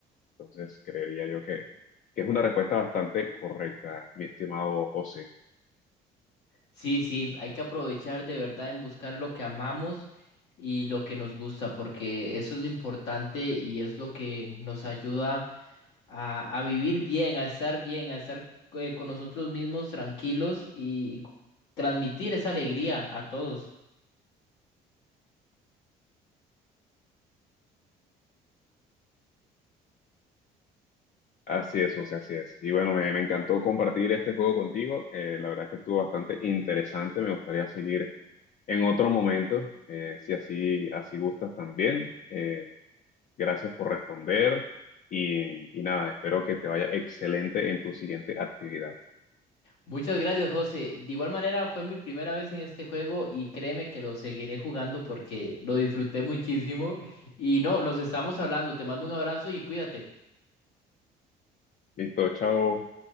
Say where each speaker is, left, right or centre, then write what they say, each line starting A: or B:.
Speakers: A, on the left (about 50°); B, on the left (about 90°).
A: Entonces, creería yo que, que es una respuesta bastante correcta, mi estimado José.
B: Sí, sí, hay que aprovechar de verdad en buscar lo que amamos y lo que nos gusta, porque eso es lo importante y es lo que nos ayuda a, a vivir bien, a estar bien, a estar eh, con nosotros mismos tranquilos y, y co- transmitir esa alegría a todos.
A: Así es, José, así es. Y bueno, me, me encantó compartir este juego contigo. Eh, la verdad es que estuvo bastante interesante. Me gustaría seguir en otro momento, eh, si así, así gustas también. Eh, gracias por responder y, y nada, espero que te vaya excelente en tu siguiente actividad.
B: Muchas gracias, José. De igual manera, fue mi primera vez en este juego y créeme que lo seguiré jugando porque lo disfruté muchísimo. Y no, nos estamos hablando. Te mando un abrazo y cuídate.
A: Listo, chao.